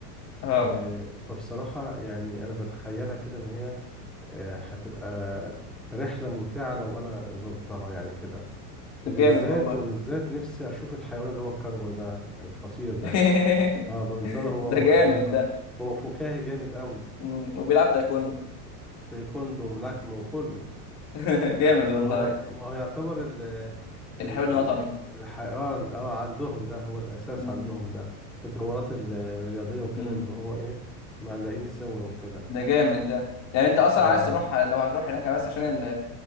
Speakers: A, on the left; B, in the centre.
A: اه
B: آه، فبصراحة يعني أنا بتخيلها كده إن هي آه، هتبقى رحلة ممتعة لو أنا زرتها يعني كده وبالذات
A: جامد والله
B: وبالذات نفسي أشوف الحيوان اللي هو الكنجر ده الخطير ده
A: <laughs>
B: اه منظره هو
A: ده جامد
B: هو
A: ده
B: هو فكاهي جامد قوي
A: مم. وبيلعب تايكوندو
B: تايكوندو وملاكمة وكله
A: <laughs> جامد
B: آه،
A: والله
B: ما هو ما هو يعتبر ال ال-
A: الحيوان الوطني
B: الحي... اه ال- اه عندهم ده هو الأساس
A: مم.
B: عندهم ده في الدورات ال- الرياضية وكده
A: مم.
B: بيبقى هو ايه معلقين صور وكده
A: ده جامد ده يعني انت اصلا
B: اه
A: عايز تروح لو هتروح هناك بس عشان ال